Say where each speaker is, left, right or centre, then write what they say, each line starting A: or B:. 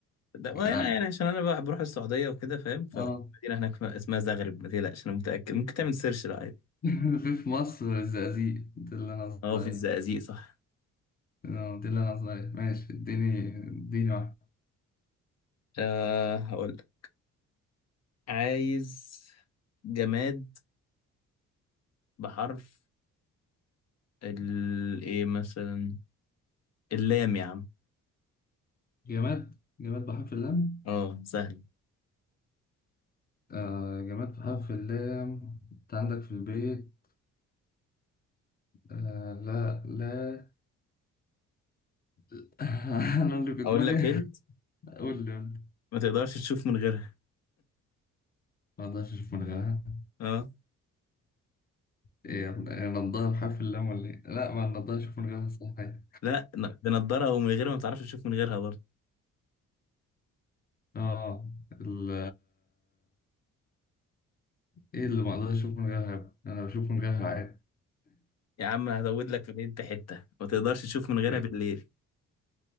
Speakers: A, on the left (about 55°); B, on the left (about 30°).
A: ده وأنا-
B: اه
A: يعني يعني عشان أنا بقى بروح السعودية وكده فاهم فمدينة
B: آه.
A: هناك اسمها زغرب ما تقلقش أنا متأكد ممكن تعمل سيرش لو عادي
B: <laughs> في في مصر الزقازيق دي اللي أنا قصدي
A: أه في
B: عليها
A: الزقازيق صح
B: آه، دي اللي أنا قصدي عليها ماشي اديني اديني واحدة
A: أه هقول لك عايز جماد بحرف ال إيه مثلا اللام يا عم
B: جماد جماد بحرف اللام
A: أه سهل
B: آه جماد بحرف اللام انت عندك في البيت آه لا لا <laughs> انا اللي في دماغي
A: أقول لك أنت
B: قول لي قول لي
A: ما تقدرش تشوف من غيرها
B: ما اقدرش اشوف من غيرها
A: أه
B: ايه يا ابني إيه، نضارة بحرف اللام ولا ايه لا ما اقدرش اشوف من غيرها صحيح
A: لا ن- بنضاره ومن غيرها ما بتعرفش تشوف من غيرها برضه
B: اه ال ايه اللي ما اقدرش اشوف من غيرها يا ابني؟ انا بشوف من غيرها عادي
A: يا عم هزود لك في الهنت حته ما تقدرش تشوف من غيرها
B: إيه؟
A: بالليل